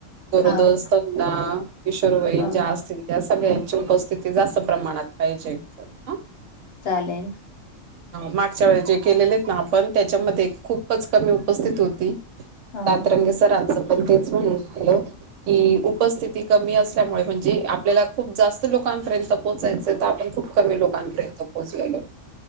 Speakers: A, on the right (about 70°); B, on the left (about 55°).
A: गरोदर,
B: हो
A: सज्ञान, किशोरवयीन
B: हो
A: ज्या असतील, या सगळ्यांची उपस्थिती जास्त प्रमाणात पाहिजे, एकत्र हा,
B: चालेल.
A: मागच्या वेळे जे केलेले आहेत ना आपण, त्याच्यामध्ये खूपच कमी उपस्थित होती.
B: हो
A: आत्रंगे सरांचं तेच म्हणनं झालं की, उपस्थिती कमी असल्यामुळे म्हणजे आप आपल्याला खूप जास्त लोकांपर्यंत पोहोचायचंय तर, आपण खूप कमी लोकांपर्यंत पोहोचलेल,